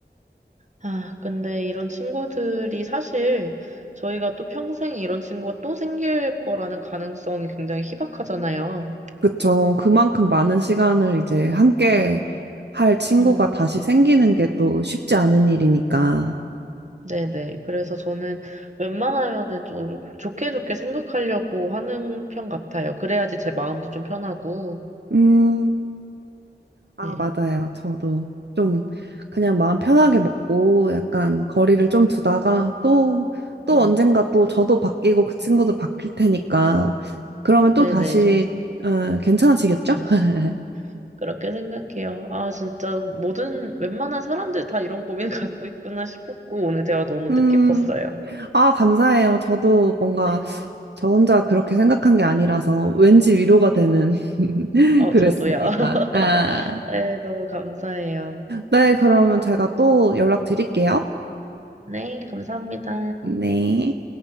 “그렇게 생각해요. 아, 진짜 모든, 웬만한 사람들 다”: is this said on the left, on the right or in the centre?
Right